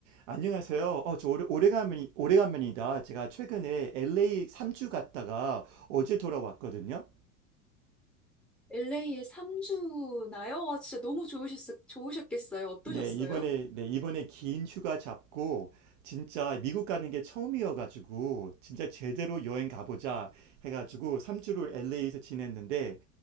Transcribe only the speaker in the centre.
LA에 3주나요? 와, 진짜 너무 좋으셨, 좋으셨겠어요. 어떠셨어요?